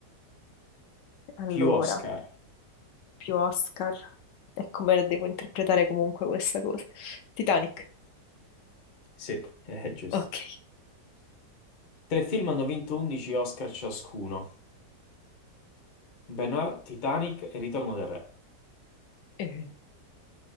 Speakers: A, on the left (about 80°); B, on the left (about 45°).
A: Allora,
B: Più Oscar.
A: più Oscar. E come la devo interpretare comunque questa cosa? Titanic.
B: Sì, <laughs> è giusto.
A: Ok.
B: Tre film hanno vinto 11 Oscar ciascuno. Ben-Hur, Titanic e Ritorno del Re.
A: Eh,